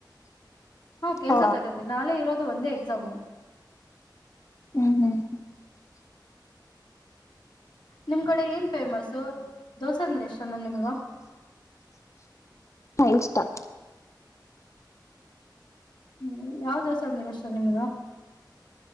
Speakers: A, on the left; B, on the left.
A: ಹಾ ಕೆಲ್ಸಕ್
B: ಹ
A: ಆತತಿ ನಳೆ ಇರೋದು ಒಂದೇ ಎಕ್ಸಾಮು
B: ಹ್ಮ್ ಹ್ಮ್
A: ನಿಮ್ ಕಡೆ ಏನ್ ಫೇಮಸ್ ದೋಸೆ ಅಂದ್ರೆ ಎಷ್ಟಂದ ನಿಮಗ
B: ಫೈನ್ ಸ್ಟಾರ್
A: ಹ್ಮ್ ಯಾವ ದೋಸ ಅಂದ್ರ ಅಷ್ಟೋ ನಿಮ್ಗ